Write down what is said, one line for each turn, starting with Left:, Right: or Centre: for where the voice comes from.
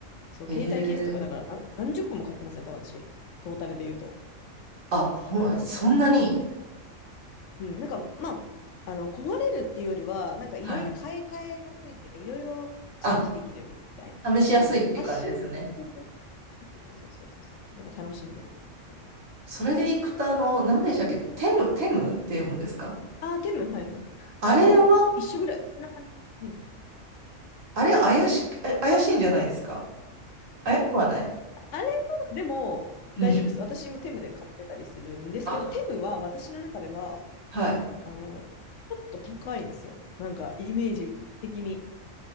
Left: そう、
Right: へえ。
Left: 携帯ケースとかだから何、何十個も買ってますね、多分私、トータルで言うと。
Right: あ、ほそんなに。
Left: うん、なんか、まあ、あの、壊れるっていうよりは、なんかいろいろ買い替えやすいっていうか、
Right: はい。
Left: いろいろチェンジできるみたいな。
Right: あ、試しやすいっていう感じですよね。
Left: で、ファッション的な感じで、そうそうそうそうそう、なんか楽しんでる感じですね。
Right: それでいくと、あの、何でしたっけテム、テムって読むんですか
Left: あテム、はいはいあ、
Right: あれは、
Left: もう一緒ぐらい。こんな感じうん。
Right: あれ怪しく、あ怪しいんじゃないですか怪しくはない。
Left: あれは、でも、
Right: うん。
Left: 大丈夫です。私もテムで買ってたりするんですけど、
Right: あ、
Left: テムは私の中では、
Right: はい。
Left: あの、ちょっと高いんですよ。なんか、イメージ的に。